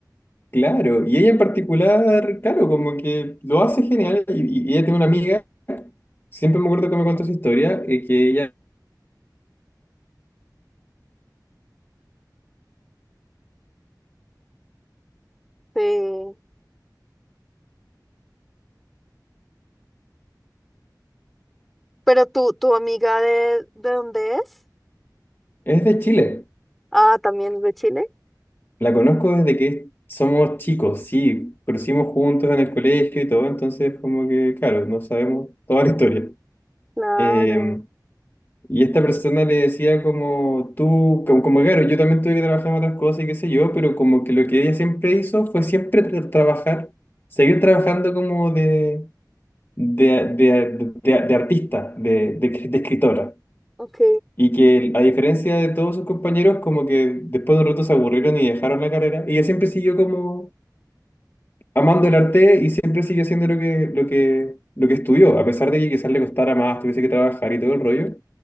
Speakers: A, on the left; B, in the centre.
A: Claro, y ella en particular, claro, como que lo hace genial, y, y ella tiene una amiga, siempre me acuerdo que me contó su historia, eh, que ella
B: Sí. Pero tú, tu amiga de, ¿de dónde es?
A: es de Chile,
B: Ah, también es de Chile.
A: la conozco desde que somos chicos, sí, crecimos juntos en el colegio y todo, entonces como que, claro, no sabemos toda la historia.
B: Claro,
A: Eh, Y esta persona le decía como tú, como, como, claro, yo también tuve que trabajar en otras cosas y qué sé yo, pero como que lo que ella siempre hizo fue siempre tra- trabajar, seguir trabajando como de, de, de, de- de artista, de, de, de escritora.
B: ok,
A: Y que a diferencia de todos sus compañeros, como que después de un rato se aburrieron y dejaron la carrera. Ella siempre siguió como amando el arte y siempre sigue haciendo lo que, lo que, lo que estudió, a pesar de que quizás le costara más, tuviese que trabajar y todo el rollo.